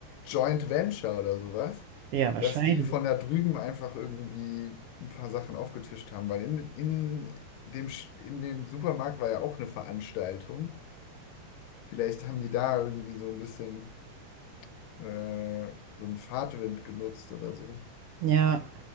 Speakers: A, on the left; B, on the right.
A: Joint Venture oder sowas,
B: Ja, wahrscheinlich.
A: dass die von da drüben einfach irgendwie ein paar Sachen aufgetischt haben, weil in, in dem, Sch- in dem Supermarkt war ja auch eine Veranstaltung. Vielleicht haben die da irgendwie so ein bisschen äh, so einen Fahrtwind genutzt oder so.
B: Ja.